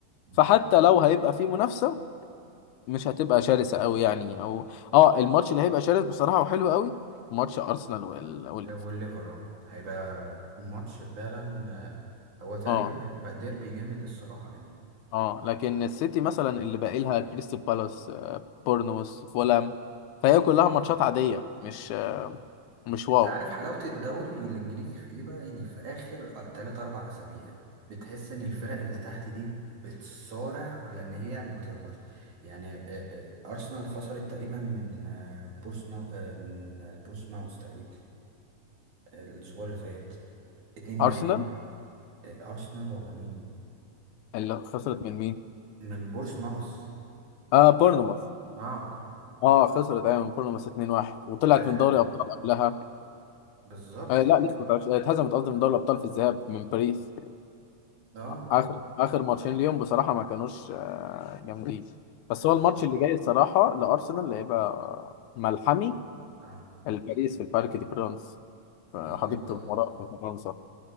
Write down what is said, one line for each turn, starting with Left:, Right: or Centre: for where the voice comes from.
Right: مم.
Left: فحتى لو هيبقى في منافسة مش هتبقى شرسة قوي يعني او اه الماتش اللي هيبقى شرس بصراحة وحلو قوي ماتش ارسنال وال- والليفر
Right: آه، والليفر اه هيبقى ماتش فعلا آه، هو تقريبا
Left: اه
Right: بقى ديربي جامد الصراحة يعني
Left: اه لكن السيتي مثلا اللي باقي لها كريستال بالاس آه، بورنموث فولام فهي كلها ماتشات عادية مش آه، مش واو
Right: انت عارف حلاوة الدوري الانجليزي في ايه بقى يعني في اخر 3 4 اسابيع بتحس ان الفرق اللي تحت دي بتصارع على ان هي ما تهبطش يعني آه، آه، ارسنال خسرت تقريبا من آه، بورسماو آه، من آه، بورسماوث تقريبا آه، الاسبوع اللي فات 2-1
Left: ارسنال
Right: آه، ارسنال ولا مين
Left: اللي خسرت من مين
Right: من بورسماوث
Left: اه بورنموث
Right: اه
Left: اه خسرت ايوه من بورنموث 2-1 وطلعت
Right: آه،
Left: من دوري ابطال قبلها
Right: بالظبط
Left: آه لا لسه ما طلعتش آه، اتهزمت قصدي من دوري الابطال في الذهاب من باريس
Right: اه
Left: اخر اخر ماتشين ليهم بصراحه ما كانوش آه، جامدين بس
Right: ف
Left: هو الماتش اللي جاي الصراحه لارسنال هيبقى ملحمي
Right: اه
Left: الباريس في البارك دي برانس في
Right: بالظبط
Left: حديقه
Right: اه
Left: الامراء في فرنسا